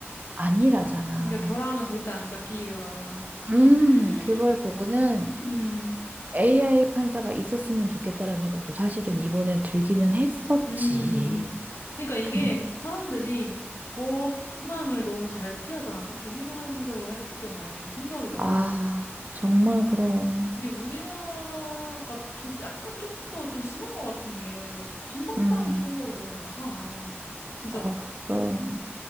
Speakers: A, on the right; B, on the left.
A: 아니라잖아.
B: 그러니까 결함은 절대 아니다, 기계 결함은.
A: 음,
B: <gasps>
A: 그걸 보고는
B: 음,
A: AI 판사가 있었으면 좋겠다라는 생각도 사실은 이번에 들기는 했었지.
B: 음. 그러니까 이게
A: 근,
B: 사람들이 법망을 너무 잘 피하잖아. 특히 회사 상대로 할 경우에 승소하기 너무
A: 아,
B: 어렵잖아.
A: 정말 그럼,
B: 이게 우리나라가 좀 약간 조금 더 좀 심한 것 같은 게 손방망이
A: 음,
B: 처벌이 너무 많잖아. 진짜.
A: 어, 그럼,